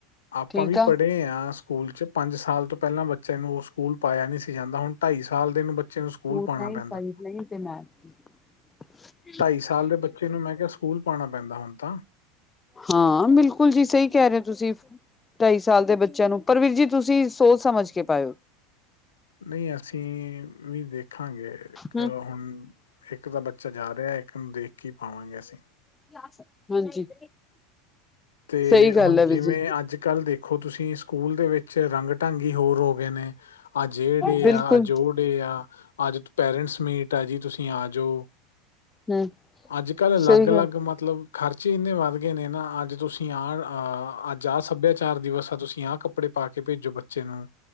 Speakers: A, on the left (about 80°); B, on the left (about 20°).
A: ਆਪਾਂ
B: ਠੀਕ
A: ਵੀ
B: ਆ
A: ਪੜ੍ਹੇ ਹਾਂ। ਸਕੂਲ 'ਚ ਪੰਜ ਸਾਲ ਤੋਂ ਪਹਿਲਾਂ ਬੱਚੇ ਨੂੰ ਉਹ ਸਕੂਲ ਪਾਇਆ ਨਹੀਂ ਸੀ ਜਾਂਦਾ। ਹੁਣ ਢਾਈ ਸਾਲ ਦੇ ਨੂੰ ਬੱਚੇ ਨੂੰ ਸਕੂਲ
B: ਫੋਰ
A: ਪਾਉਣਾ
B: ਨਾਈਨ,
A: ਪੈਂਦਾ
B: ਫਾਈਵ ਨਾਈਨ ਤੇ ਮੈਥ ਦੀ।
A: ਢਾਈ ਸਾਲ ਦੇ ਬੱਚੇ ਨੂੰ ਮੈਂ ਕਿਹਾ ਸਕੂਲ ਪਾਣਾ ਪੈਂਦਾ ਹੁਣ ਤਾਂ।
B: ਹਾਂ ਬਿਲਕੁਲ ਜੀ ਸਹੀ ਕਹਿ ਰਹੇ ਹੋ ਤੁਸੀਂ। ਢਾਈ ਸਾਲ ਦੇ ਬੱਚਿਆਂ ਨੂੰ ਪਰ ਵੀਰ ਜੀ ਤੁਸੀਂ ਸੋਚ ਸਮਝ ਕੇ ਪਾਈਓ।
A: ਨਹੀਂ ਅਸੀਂ, ਵੀ ਵੇਖਾਂਗਾ ਇੱਕ
B: ਹਮ
A: ਹੁਣ। ਇੱਕ ਤਾਂ ਬੱਚਾ ਜਾ ਰਿਹਾ ਇੱਕ ਨੂੰ ਦੇਖ ਕੇ ਹੀ ਪਾਵਾਂਗੇ ਅਸੀਂ।
B: <unintelligible> ਹਾਂਜੀ।
A: ਅਤੇ
B: ਸਹੀ
A: ਹੁਣ
B: ਗੱਲ ਹੈ
A: ਜਿਵੇਂ
B: ਵੀਰ ਜੀ
A: ਅੱਜ-ਕੱਲ੍ਹ ਦੇਖੋ ਤੁਸੀਂ ਸਕੂਲ ਦੇ ਵਿੱਚ ਰੰਗ-ਢੰਗ ਹੀ ਹੋਰ ਹੋ ਗਏ ਨੇ। ਅਆ ਜੇੜੇ
B: ਬਿਲਕੁਲ
A: ਆ ਅਜੋੜ। ਆ ਅੱਜ ਪੇਰੈਂਟਸ ਮੀਟ ਆ ਜੀ। ਤੁਸੀਂ ਆ ਜੋ।
B: ਹਮ
A: ਅੱਜ-ਕੱਲ੍ਹ ਅਲੱਗ-ਅਲੱਗ
B: ਸਹੀ ਗੱਲ
A: ਮਤਲਬ ਖਰਚੇ ਇੰਨੇ ਵੱਧ ਗਏ ਨੇ ਨਾ ਅੱਜ ਤੁਸੀਂ। <unintelligible> ਅੱਜ ਆਹ ਸੱਭਿਆਚਾਰ ਦਿਵਸ ਆ ਤੁਸੀਂ ਆਹ ਕੱਪੜੇ ਪਾ ਕੇ ਭੇਜੋ ਬੱਚੇ ਨੂੰ।